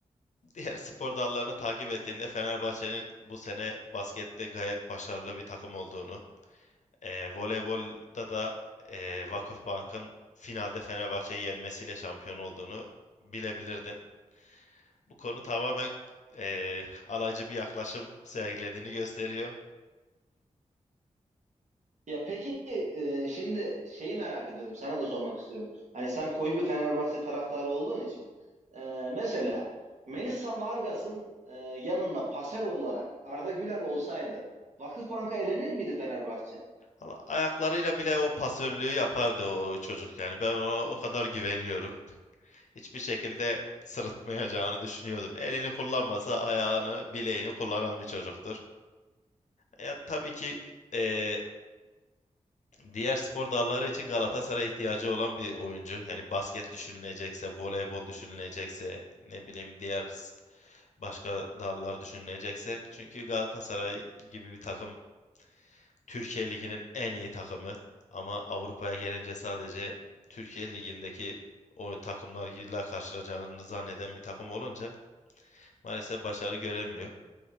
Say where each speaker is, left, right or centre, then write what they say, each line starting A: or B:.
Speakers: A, on the left; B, on the right.
A: Diğer spor dallarını takip ettiğinde Fenerbahçe'nin bu sene baskette gayet başarılı bir takım olduğunu, e, voleybolda da e, Vakıfbank'ın finalde Fenerbahçe'yi yenmesiyle şampiyon olduğunu bilebilirdin. Bu konu tamamen e, alaycı bir yaklaşım sergilediğini gösteriyor.
B: Ya peki e, şimdi şeyi merak ediyorum. Sana da sormak istiyorum. Hani sen koyu bir Fenerbahçe taraftarı olduğun için e, mesela Melissa Vargas'ın e, yanında paser olarak Arda Güler olsaydı Vakıfbank'a elenir miydi Fenerbahçe?
A: Valla ayaklarıyla bile o pasörlüğü yapardı o çocuk. Yani ben ona o kadar güveniyorum. Hiçbir şekilde sırıtmayacağını düşünüyordum. Elini kullanmasa ayağını, bileğini kullanan bir çocuktur. Ya tabii ki eee, diğer spor dalları için Galatasaray'a ihtiyacı olan bir oyuncu. Yani basket düşünülecekse, voleybol düşünülecekse, ne bileyim diğer s- başka dallar düşünülecekse. Çünkü Galatasaray gibi bir takım Türkiye Ligi'nin en iyi takımı ama Avrupa'ya gelince sadece Türkiye Ligi'ndeki o takımlarla karşılaşacağını zanneden bir takım olunca maalesef başarı göremiyor.